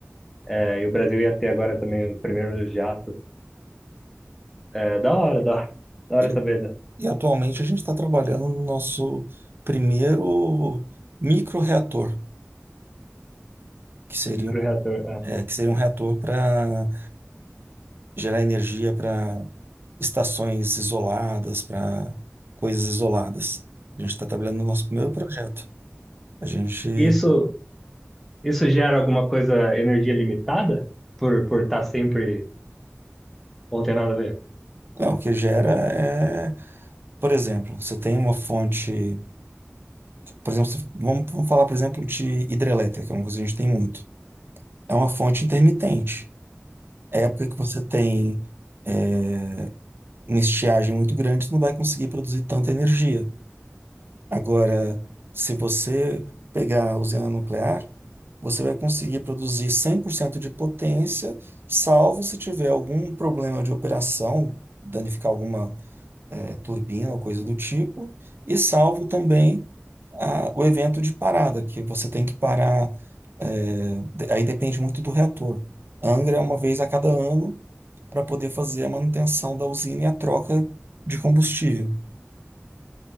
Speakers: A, in the centre; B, on the right.
A: É, e o Brasil ia ter agora também o primeiro jato. É, da hora, da, hora- da hora
B: E,
A: saber, né?
B: e atualmente a gente está trabalhando no nosso primeiro microreator, que seria,
A: Microreator. É,
B: é, que seria um reator para gerar energia para estações isoladas, para coisas isoladas. A gente está trabalhando no nosso primeiro projeto. A gente,
A: Isso, isso gera alguma coisa, energia limitada? Por, por estar sempre. Ou não tem nada a ver?
B: não, o que gera é, por exemplo, você tem uma fonte, por exemplo, se- vamos, vamos falar, por exemplo, de hidrelétrica, que é uma coisa que a gente tem muito. É uma fonte intermitente. Época que você tem é, uma estiagem muito grande, você não vai conseguir produzir tanta energia. Agora, se você pegar a usina nuclear, você vai conseguir produzir 100% de potência, salvo se tiver algum problema de operação, danificar alguma é, turbina ou coisa do tipo, e salvo também a- o evento de parada, que você tem que parar. é, de- aí depende muito do reator. Angra é uma vez a cada ano para poder fazer a manutenção da usina e a troca de combustível.